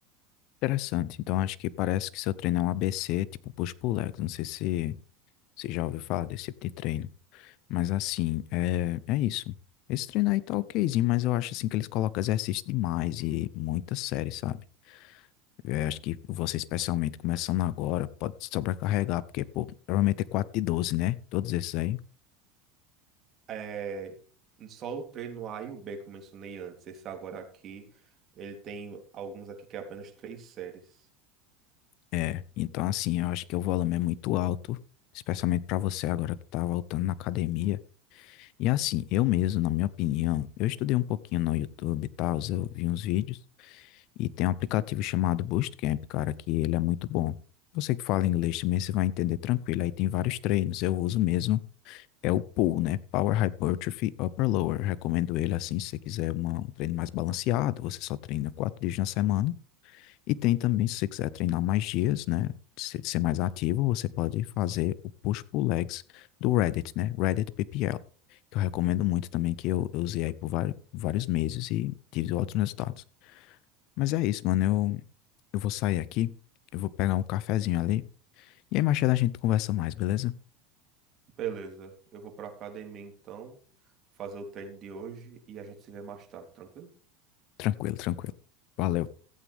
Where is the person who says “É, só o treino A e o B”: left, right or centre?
Right